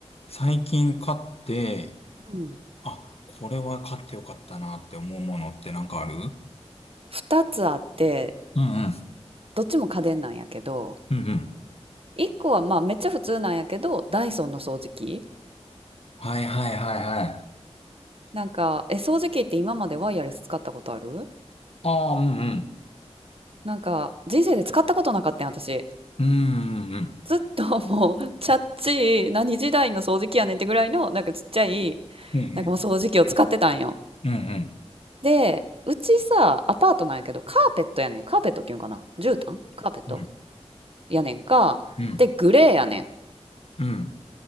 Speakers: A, on the left; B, on the right.
A: 最近買って、
B: うん
A: あ、これは買ってよかったなって思うものってなんかあるう
B: 2つあって
A: んうん。
B: どっちも家電なんやけど
A: うんうん。
B: 1個はまあめっちゃ普通なんやけどダイソンの掃除機
A: はいはいはいはい。
B: なんかえ掃除機って今までワイヤレス使ったことある
A: ああ、うんうん。
B: なんか人生で使ったことなかったん私
A: うんうんうん。
B: ずっともうチャッチー何時代の掃除機やねんってぐらいのなんかちっちゃい
A: うんうん。
B: なんかもう掃除機を使ってたんよ
A: うんうん。
B: でうちさアパートなんやけどカーペットやねんカーペットっていうんかな絨毯カーペット
A: うん
B: やねんかでグレーやねん
A: うん。うん